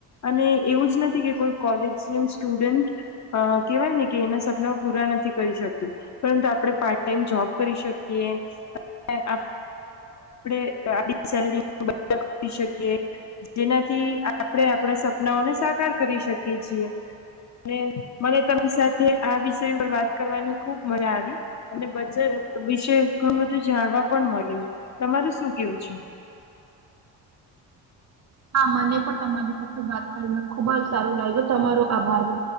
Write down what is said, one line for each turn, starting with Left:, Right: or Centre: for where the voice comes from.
Left: અને એવું જ નથી કે કોઈ કોલેજીયન સ્ટુડન્ટ કહેવાય ને કે એના સપનાઓ પૂરા નથી કરી શકતું, પરંતુ આપણે પાર્ટ ટાઈમ જોબ કરી શકીએ અને આપડે તો આ બી સેલેરી <unintelligible> શકીએ. જેના થી આપડે આપડા સપનાઓને સાકાર કરી શકીએ છીએ અને મને તમ સાથે આ વિષય ઉપર વાત કરવાની ખુબ મજા આવી અને બચત વિશે ઘણું બધું જાણવા પણ મળ્યું, તમારું શું કેવું છે?
Right: હા, મને પણ તમારી સાથે વાત કરીને ખુબ જ સારું લાયગુ, તમારો આભાર બે